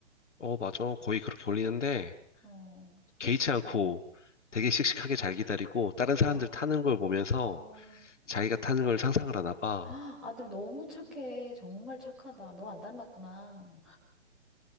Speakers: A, on the left (about 80°); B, in the centre.
A: 어, 맞아. 거의 그렇게 올리는데,
B: 어,
A: 개의치 않고 되게 씩씩하게 잘 기다리고, 다른
B: 어,
A: 사람들 타는 걸 보면서
B: 어.
A: 자기가 타는 걸 상상을 하나 봐.
B: 아, 아들 너무 착해. 정말 착하다. 너 안 닮았구나.